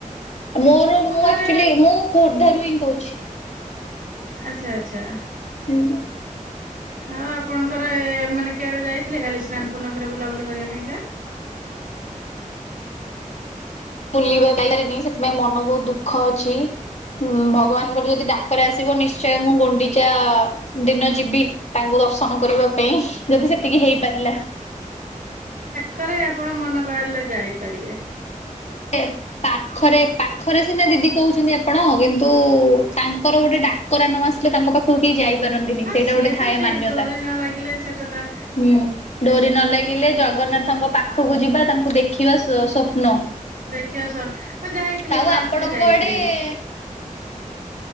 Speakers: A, on the left (about 55°); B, on the right (about 85°).
A: ମୋର
B: ଆମ
A: ମୁଁ
B: ଘରେ
A: ଆକ୍ଚୁଆଲି ମୁଁ ଖୋର୍ଦ୍ଧା ରୁ ହିଁ କହୁଛି।
B: ଆଚ୍ଛା ଆଚ୍ଛା।
A: ହୁଁ।
B: ଆଉ ଆପଣଙ୍କର ଏ ମାନେ କେଡେ ଯାଇଥିଲେ କାଲି ସ୍ନାନ ପୂର୍ଣ୍ଣମି ରେ ବୁଲାବୁଲି କରିବା ପାଇଁକା।
A: ବୁଲିବା ପାଇପାରିନି ସେଥିପାଇଁ ମନ ବହୁତ ଦୁଃଖ ଅଛି। ହୁଁ ଭଗବାନଙ୍କର ଯଦି ଡାକରା ଆସିବ ନିଶ୍ଚୟ ମୁଁ ଗୁଣ୍ଡି। ଚା ଦିନ ଯିବି ତାଙ୍କୁ ଦର୍ଶନ କରିବା ପାଇଁ ଯଦି ସେତିକି ହେଇ। ପାରିଲା <inaudible>
B: ଖରେ ଆପଣ ମନେ କଲେ ଯାଇପାରିବେ।
A: ଏ ପାଖରେ ପାଖରେ ସିନା ଦିଦି କହୁଛନ୍ତି ଆପଣ କିନ୍ତୁ ତାଙ୍କର ଗୋଟେ ଡାକରା ନ ଆସେ। ହେଲେ ତାଙ୍କ ପାଖକୁ କେହି ଯାଇପାରନ୍ତିନି
B: ହଁ
A: ସେଇଟା
B: ସିଏ
A: ଗୋଟେ
B: ତ
A: ଥାଏ
B: ଠିକ
A: ମାନ୍ୟତା।
B: ଡୋରି ନ ଲାଗିଲେ ସେଟା ତା।
A: ହୁଁ ଡୋରି ନ ଲାଗିଲେ ଜଗନ୍ନାଥଙ୍କ ପାଖକୁ ଯିବା ତାଙ୍କୁ ଦେଖିବା ସ୍ୱପ୍ନ।
B: ଦେଖିଆସ ମୁଁ ଯାଇଥିଲି
A: ଆଉ
B: ମାର୍ଚ୍ଚ
A: ଆପଣଙ୍କ
B: ରେ ଯାଇଥିଲି।
A: ଆଡେ